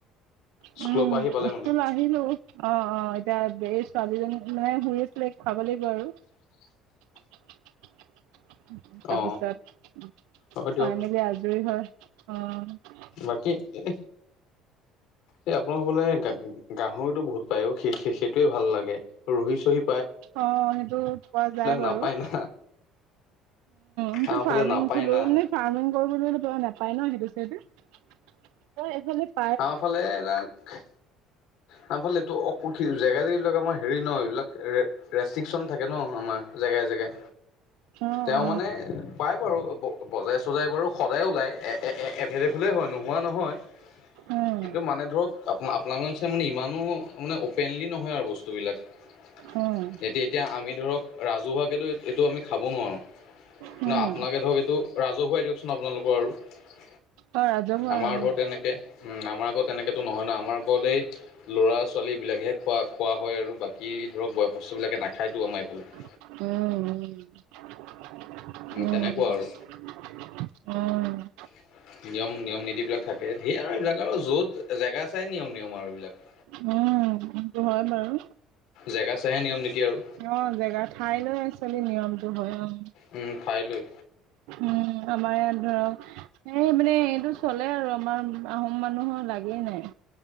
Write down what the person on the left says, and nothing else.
স্কুলৰ
পৰা আহি পালে মানে
<inaudible>
অ
হ'ব দিয়ক
বাকী এ, এই আপোনালোকৰ <unintelligible> গাহৰিতটো বহুত পায় অ, সেই সেইটোৱেই ভাল লাগে। ৰহি-চহি
নাপায়
না
আমাৰ
ফালে নাপায়
না
আমাৰ ফালে <unintelligible> আমাৰ ফালে এইটো <unintelligible> <unintelligible> জেগা-জেগি বিলাক আমাৰ হেৰি ন এইবিলাক ৰে ৰেষ্ট্ৰিকচন থাকে ন আমাৰ জেগাই-জেগাই।
তেওঁ
মানে পায় বাৰু বজাৰে-চজাৰে বাৰু সদায়েই ওলায়। এ-এ-এ এভেইলেবলেই হয়, নোহোৱা নহয়।
কিন্তু মানে ধৰক আপোনা আপোনালোকৰ নিচিনা মানে ইমানো মানে অপেনলি নহয় আৰু বস্তুবিলাক। এতিয়া
এতিয়া, আমি ধৰক ৰাজহুৱাকেতো এইটো আমি খাব নোৱাৰো।
ন আপোনালোকে ধৰক এইটো, ৰাজহুৱাই দিয়কচোন আপোনালোকৰ আৰু।
আমাৰ
ধৰ তেনেকে, উম আমাৰ <unintelligible> তেনেকেতো নহয় না, আমাৰ অকল এই ল'ৰা ছোৱালী বিলাকহে খোৱা খোৱা হয় আৰু, বাকী ধৰক বয়সস্থ বিলাকে নাখায়তো আমাৰ এইফালে।
তেনেকুৱা আৰু
<inaudible> নিয়ম নিয়ম নীতি বিলাক থাকে, ধেৰ আৰু এইবিলাক আৰু য'ত জেগা চাই নিয়ম নিয়ম আৰু এইবিলাক।
জেগা চাইহে নিয়ম নীতি আৰু
উম, ঠাই লৈ